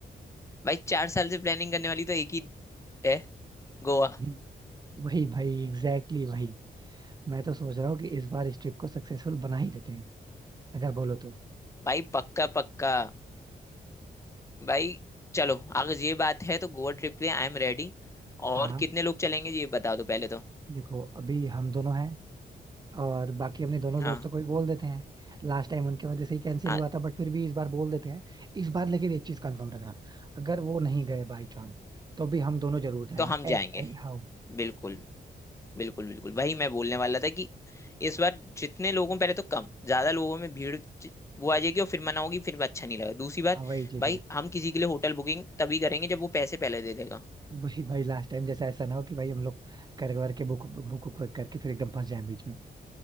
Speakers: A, on the left; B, on the right.
A: भाई चार साल से प्लानिंग करने वाली तो एक ही है गोवा
B: हम्म। वही भाई एग्जैक्टली exactly भाई मैं तो सोच रहा हूँ कि इस बार इस ट्रिप को सक्सेसफुल बना ही देते हैं अगर बोलो तो
A: भाई पक्का पक्का भाई चलो अगर ये बात है तो गोवा ट्रिप के लिए आई एम रेडी और
B: हाँ
A: कितने लोग चलेंगे ये बता दो पहले तो
B: देखो अभी हम दोनों हैं और बाकी अपने दोनों
A: हाँ
B: दोस्तों को भी बोल देते हैं लास्ट टाइम उनके वजह से ही कैंसिल
A: हाँ
B: हुआ था बट फिर भी इस बार बोल देते हैं इस बार लेकिन एक चीज कंफर्म रखना अगर वो नहीं गए बाई चांस तो भी हम दोनों जरूर जाएंगे
A: तो हम जाएंगे
B: एट एनी हाउ
A: बिल्कुल बिल्कुल बिल्कुल वही मैं बोलने वाला था कि इस बार जितने लोगों पहले तो कम ज्यादा लोगों में भीड़ ज- वो आ जाएगी और फिर मना होगी फिर अच्छा नहीं लगा दूसरी बात
B: हाँ वही चीज
A: भाई
B: है
A: हम किसी के लिए होटल बुकिंग तभी करेंगे जब वो पैसे पहले दे देगा
B: भाई भाई लास्ट टाइम जैसा ऐसा ना हो कि भाई हम लोग कर कर के बुक बुक बुक करके फिर एकदम फंस जाए बीच में